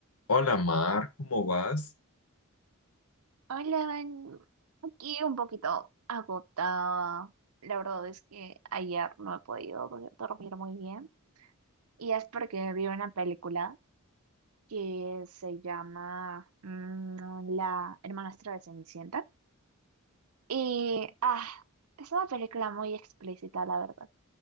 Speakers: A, on the left; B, on the right.
A: Hola Mar, ¿cómo vas?
B: Hola, Van. aquí un poquito agotada. La verdad es que ayer no he podido do- dormir muy bien. Y es porque vi una película que se llama mm, La hermanastra de Cenicienta. Y ah, es una película muy explícita, la verdad,